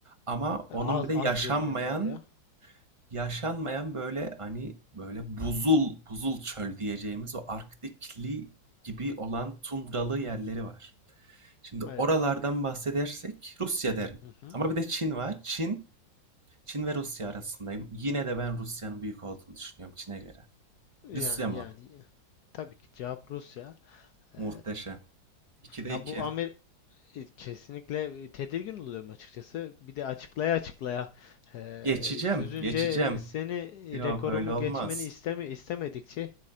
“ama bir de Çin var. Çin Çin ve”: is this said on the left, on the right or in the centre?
Right